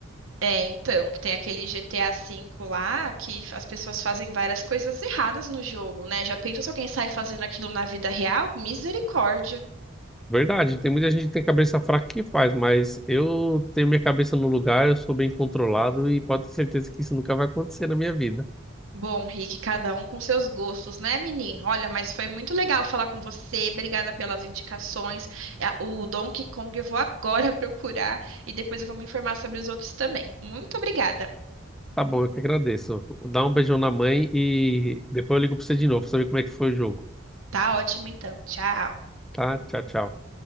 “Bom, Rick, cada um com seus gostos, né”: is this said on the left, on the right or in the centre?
Right